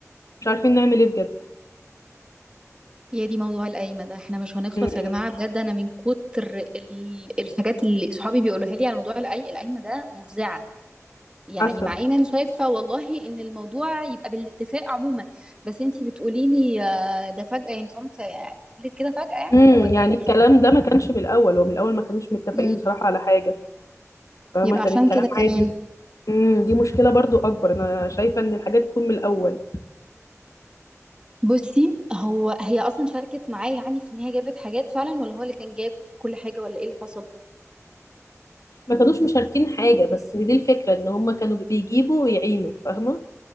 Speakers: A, on the left; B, on the right.
A: مش عارفين نعمل ايه بجد
B: يا دي موضوع القايمة ده احنا مش هنخلص
A: امم
B: يا جماعة بجد انا من كتر ال- الحاجات اللي صحابي بيقولوها لي على موضوع القاي- القايمة ده مفزعة يعني
A: حصل
B: مع ان انا شايفة والله ان الموضوع يبقى بالاتفاق عموما بس انتي بتقولي لي آه، ده فجأة يعني طنط قالت كده فجأة يعني
A: امم
B: ولا
A: يعني الكلام ده ما كانش من الاول ومن الاول ما كانوش متفقين
B: مم.
A: بصراحه على حاجه فما
B: يبقى
A: كان
B: عشان
A: الكلام
B: كده كمان
A: عادي امم دي مشكلة برضو أكبر أنا شايفة إن الحاجات تكون من الأول
B: بصي هو هي اصلا شاركت معايا يعني في ان هي جابت حاجات فعلا ولا هو اللي كان جاب كل حاجة ولا ايه اللي حصل
A: ما كانوش مشاركين حاجة بس دي الفكرة إن هما كانوا بيجيبوا ويعينوا فاهمة